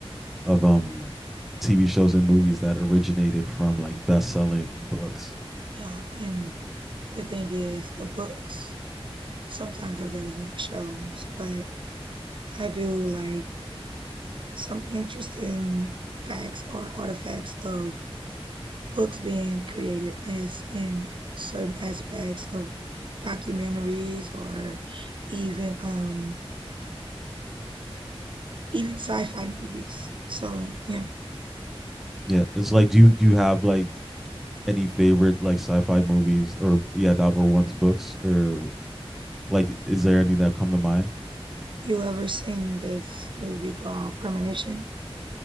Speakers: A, in the centre; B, on the right (about 55°).
A: of um TV shows and movies that originated from like best-selling books.
B: yeah. And the thing is, the books sometimes are better than the shows, but I do like some interesting facts or artifacts of books being created as in certain aspects of documentaries or even um even sci-fi movies. So yeah,
A: Yeah, it's like do you do you have like any favorite like sci-fi movies or yeah that were once books or like is there any that come to mind?
B: you ever seen this movie called Premonition?